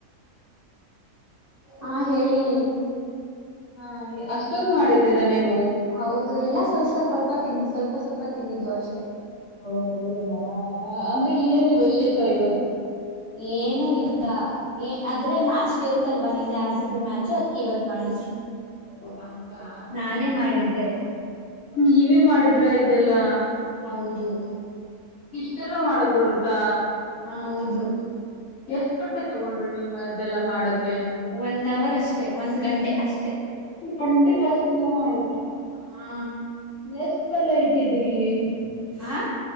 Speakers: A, on the right (about 30°); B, on the left (about 65°).
A: ಹ ಹೇಳಿ
B: ಹಾ ಅಷ್ಟೊಂದ್ ಮಾಡಿದೀರಾ ನೀವು
A: ಹೌದು ಎಲ್ಲ ಸ್ವಲ್ಪ ಸೊ ಸ್ವಲ್ಪ ತಿನ್ ಸ್ವಲ್ಪ ಸ್ವಲ್ಪ ತಿಂದಿದ್ದು ಅಷ್ಟೇ
B: ಓ ಹೌದಾ ಅಂದ್ರೆ ಏನ್ ವಿಶೇಷ ಇವ್
A: ಏನೂ ಇಲ್ಲ ಏನ್ ಆದ್ರೆ ಮ್ಯಾಚ್ ಗೆಲ್ತಲ್ವಾ ನಿನ್ನೆ ಆಡ್ಸಿದ್ದು ಮ್ಯಾಚು ಅದ್ಕೆ ಇವತ್ ಮಾಡಿದ್
B: ಓ, ಹಂಗಾ
A: ನಾನೇ ಮಾಡಿದ್ದೆ
B: ನೀವೇ ಮಾಡಿದ್ರ ಇದೆಲ್ಲಾ
A: ಹೌದು
B: ಇದೆಲ್ಲ ಮಾಡಕ್ ಬರುತ್ತಾ
A: ಹಾ ಹೌದು
B: ಎಷ್ಟ್ ಗಂಟೆ ತಗೊಂಡ್ರಿ ನೀವು ಮ ಇದ್ದೆಲ್ಲ ಮಾಡಕ್
A: ವನ್ ಅವರ್ ಅಷ್ಟೇ ಒಂದ್ ಗಂಟೆ ಅಷ್ಟೆ
B: ಒಂಟಿ ರಷ್ಟ ಎಲ್ಲ ಮಾಡ
A: ಹ
B: ಎ ಹೊಲ ಇಟ್ಟಿದ್ರಿ ಎಷ್ಟ
A: ಆ